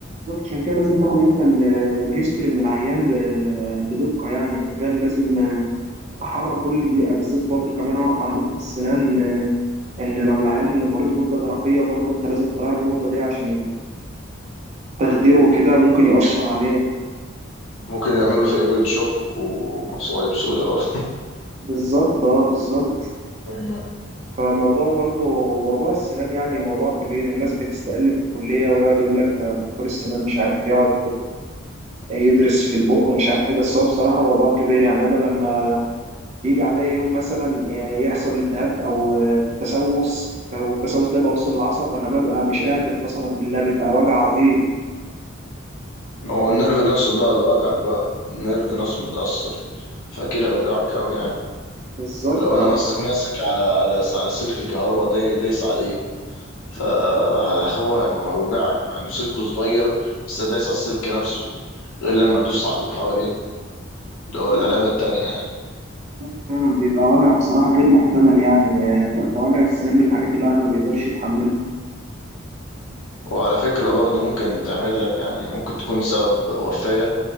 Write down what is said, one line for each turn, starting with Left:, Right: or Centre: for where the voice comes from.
Right: بالظبط، عشان كده لازم تاخد انت ال- الهيستوري من العيان ب- بدقه يعني انت فاهم لازم آه، تتحرى كل دقيقه بالذات برضو كمان اعرف عندكم في السنان آه، ان لو العيان مريض غده درقيه برضو انت لازم تراعي النقطه دي عشان التخدير وكده ممكن يأثر عليه
Left: ممكن يعمل له ثيرويد شوك ومصايب سودة بقى
Right: بالظبط اه بالظبط
Left: مم.
Right: فموضوع برضو موضوع السنان يعني موضوع كبير الناس بتستقل بالكلية ويقعد يقول لك ده دكتور السنان مش عارف يقعد يدرس في البق ومش عارف ايه بس هو بصراحة موضوع كبير يعني انا لما يجي عليا يوم مثلا يحصل التهاب او تسوس والتسوس ده بيوصل للعصب انا ببقى مش قادر قسما بالله بيبقى وجع رهيب
Left: هو النيرف نفسه بقى ده وجعك بقى النيرف نفسه متأثر فكده هيوجعك أوي يعني
Right: بالظبط
Left: اللي هو انا
Right: اه
Left: ماسك ماسك على على على سلك الكهرباء داي- دايس عليه فهو ما هيوجعك مع انه سلكه صغير بس دايس على السلك نفسه غير لما ادوس على اللي حواليه اللي هو
Right: بالظبط
Left: الآلام التانية يعني
Right: بالظبط. فعلا بيبقى وجع بصراحة غير محتمل يعني بيبقى وجع السنان من الحاجات اللي الواحد ما بيقدرش يتحملها
Left: وعلى فكرة برضه ممكن تعمل لك يعني ممكن تكون سبب وفاة